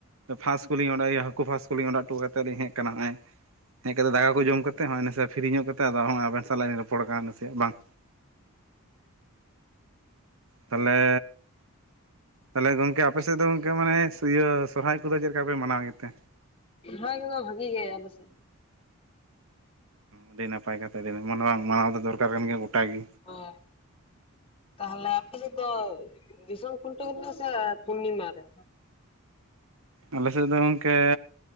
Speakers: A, on the right; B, on the left.
A: ᱯᱷᱟᱥᱠᱩ ᱞᱤᱧ ᱚᱰᱟᱣ ᱮᱜᱟ ᱦᱟᱹᱠᱩ ᱯᱷᱟᱥ ᱠᱚᱞᱤᱧ ᱚᱰᱟᱣ ᱦᱚᱴᱚ ᱠᱟᱮᱫ ᱞᱤᱧ ᱦᱮᱡ ᱟᱠᱟᱱᱟ ᱦᱟᱸᱜᱟᱭ᱾ ᱦᱮᱡ ᱠᱟᱛᱮᱜ ᱫᱟᱠᱟ ᱠᱚ ᱡᱚᱢ ᱠᱟᱛᱮᱜ ᱦᱚᱸᱜᱼᱭ ᱱᱟᱥᱮ ᱯᱷᱤᱨᱤᱧᱚᱜ ᱠᱟᱛᱮ ᱟᱫᱚ ᱟᱵᱮᱱ ᱥᱟᱞᱟᱜ ᱞᱧ ᱨᱚᱯᱚᱲ ᱠᱟᱱᱟ ᱱᱟᱥᱮᱭᱟᱜ ᱵᱟᱝ ᱛᱟᱦᱚᱞᱮ ᱛᱟᱦᱚᱞᱮ ᱜᱚᱝᱠᱮ ᱟᱯᱮ ᱥᱮᱫ ᱫᱚ ᱜᱚᱝᱠᱮ ᱢᱟᱱᱮ ᱤᱭᱟᱹ ᱥᱚᱨᱦᱟᱭ ᱠᱚᱫᱚ ᱪᱮᱫ ᱞᱮᱠᱟ ᱯᱮ ᱢᱟᱱᱟᱣ ᱜᱮᱛᱮ?
B: ᱵᱷᱟᱹᱜᱤ ᱫᱚ ᱵᱷᱟᱹᱜᱤ ᱜᱮ ᱟᱞᱮ ᱥᱮᱫ ᱫᱚ᱾
A: ᱟᱹᱰᱤ ᱱᱟᱯᱟᱭ ᱠᱟᱛᱷᱟ ᱢᱟᱱᱟᱣ ᱢᱟᱱᱟᱣ ᱫᱚ ᱫᱚᱨᱠᱟᱨ ᱠᱟᱱ ᱜᱮᱭᱟ ᱜᱚᱴᱟ ᱜᱮ
B: ᱚ ᱛᱟᱦᱚᱞᱮ ᱟᱯᱮ ᱥᱮᱫ ᱫᱚ ᱫᱤᱥᱚᱢ ᱠᱷᱩᱱᱴᱣᱱᱟ ᱥᱮ ᱯᱩᱨᱱᱤᱢᱟ ᱨᱮ?
A: ᱟᱞᱮ ᱥᱮᱫ ᱫᱚ ᱜᱚᱝᱠᱮ